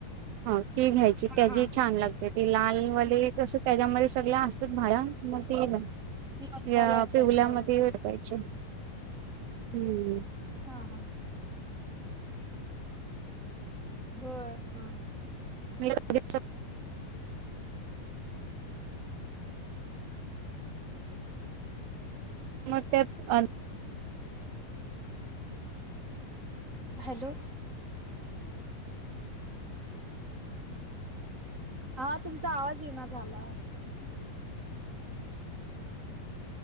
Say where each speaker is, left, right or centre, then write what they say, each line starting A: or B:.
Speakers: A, on the right (about 85°); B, on the right (about 20°).
A: हा ती घ्यायची
B: हा
A: त्याजी
B: हा
A: छान लागते. ती लाल वाली कस त्याच्यामध्ये सगळ्या असतात भाज्या मग ती
B: मसाला
A: या
B: असा
A: पिवल्यामध्ये
B: होय
A: <unintelligible> हम्म.
B: हा हा. होय हा.
A: <unintelligible>
B: <inaudible> <inaudible>
A: मग त्याच अन
B: हॅलो. हा तुमचा आवाज येना झालाय.